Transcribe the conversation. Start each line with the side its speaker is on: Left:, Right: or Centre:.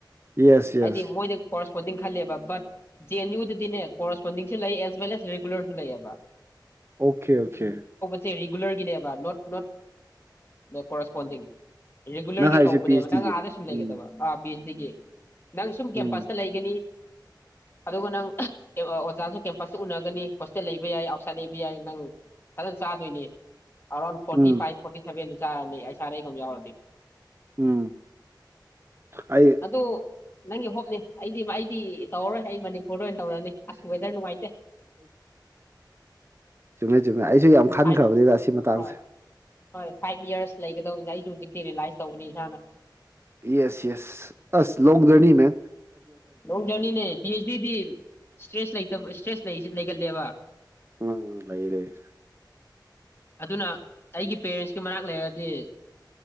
Right: ꯌꯦꯁ
Left: ꯍꯥꯏꯗꯤ
Right: ꯌꯦꯁ
Left: ꯃꯣꯏꯗꯤ ꯄ ꯣꯟꯗꯤꯡ ꯈꯜꯂꯦꯕ ꯕꯠ ꯖ ꯑꯦꯟ ꯌꯨꯗꯗꯤꯅꯦ ꯀꯣꯔꯁꯄꯣꯟꯗꯤꯡꯁꯨ ꯂꯩ ꯑꯦꯁ ꯋꯦꯜ ꯑꯦꯁ ꯔꯤꯒꯨꯂꯔꯁꯨ ꯂꯩꯑꯕ
Right: ꯑꯣꯀꯦ ꯑꯣꯀꯦ
Left: ꯔꯤꯒꯨꯂꯔꯒꯤꯅꯦꯕ ꯅꯣꯠ ꯅꯣꯠ ꯀꯣꯔꯁꯄꯣꯟꯗꯤꯡ ꯔꯤꯒꯨꯂꯔꯒꯤ
Right: ꯅꯪ ꯍꯥꯏꯔꯤꯁꯦ
Left: ꯀꯧꯕꯅꯦꯕ
Right: ꯄꯤ ꯑꯩꯆ
Left: ꯅꯪ
Right: ꯗꯤꯒꯤ
Left: ꯑꯥ ꯂꯩꯦꯗꯕ
Right: ꯎꯝ
Left: ꯄꯤꯔꯁꯤꯒꯦ ꯅꯪ ꯁꯨꯝ ꯀꯦꯝꯄꯁꯇ
Right: ꯎꯝ
Left: ꯂꯩꯒꯅꯤ ꯑꯗꯨꯒ ꯅꯪ ꯑꯣꯖꯥꯁꯨ ꯀꯦꯝꯄꯁꯇ ꯎꯅꯒꯅꯤ ꯍꯣꯁꯇꯦꯜ ꯂꯩꯕ ꯌꯥꯏ ꯑꯥꯎꯠꯁꯥꯏꯠ ꯂꯩꯕ ꯌꯥꯏ ꯅꯪ ꯐꯖꯅ ꯆꯥꯗꯣꯏꯅꯦ ꯑꯔꯥꯎ ꯐꯣꯔ
Right: ꯎꯝ
Left: ꯐꯚ ꯐꯚ ꯆ ꯁꯔꯦ ꯀꯖꯔꯗꯤ
Right: ꯎꯝ ꯑꯩ
Left: ꯑꯗ ꯅꯪ ꯍ ꯎ ꯑꯩꯗꯤ ꯑꯩꯗꯤ ꯇꯧꯔꯔꯣꯏ ꯑꯩ ꯃꯅꯤꯄꯨꯔꯗ ꯑꯣꯏꯅ ꯇꯧꯔꯅꯤ ꯑꯁꯁꯨ ꯋꯦꯗꯔ ꯅꯨꯡꯉꯥꯏꯇꯦ
Right: ꯆꯨꯝ ꯑꯩꯁꯨ ꯌꯥꯝ ꯈꯟꯈ꯭ꯔꯕꯅꯤꯗ
Left: ꯐꯥꯏꯚ
Right: ꯁꯤ ꯃꯇꯥꯡꯁꯦ
Left: ꯍꯣꯏ ꯍꯣꯏ ꯐꯥꯏꯚ ꯌꯔꯁ ꯂꯩꯒꯗꯧꯅꯤꯅ ꯑꯩꯁꯨ ꯍꯧꯖꯤꯛꯇꯤ ꯔꯤꯂꯥꯏꯁ ꯇꯧꯕꯅꯤ ꯏꯁꯥꯅ
Right: ꯌꯦꯁ ꯌꯦꯁ ꯑꯁ
Left: ꯎꯝ
Right: ꯂꯣꯡ ꯖꯔꯅꯤ ꯃ
Left: ꯂꯣꯡ ꯖꯔꯅꯤꯅꯦ ꯄꯤ ꯑꯩꯆ ꯗꯤ ꯏꯁꯇ꯭ꯔꯦꯁ ꯂꯩꯇꯕ ꯏꯁꯇ꯭ꯔꯦꯁ ꯀꯜꯂꯤꯦꯕ
Right: ꯎꯝ ꯂꯩ ꯂꯩ
Left: ꯑꯗꯨꯅ ꯑꯩꯒꯤ ꯄꯦꯔꯦꯟꯁꯀꯤ ꯃꯅꯥꯛ ꯂꯩꯔꯗꯤ